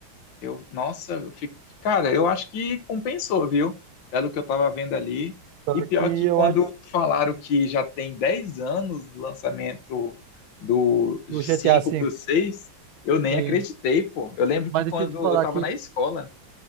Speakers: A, on the left; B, on the right.
A: Eu, nossa, eu fico, cara, eu acho que compensou, viu? Pelo que eu tava vendo ali.
B: Só
A: E pior
B: que
A: que
B: eu
A: quando
B: acho.
A: falaram que já tem 10 anos o lançamento do
B: Do
A: 5
B: GTA V.
A: para o 6 eu nem
B: Sim.
A: acreditei, pô. Eu lembro que
B: Mas
A: quando
B: deixa eu te falar
A: eu tava
B: que
A: na escola,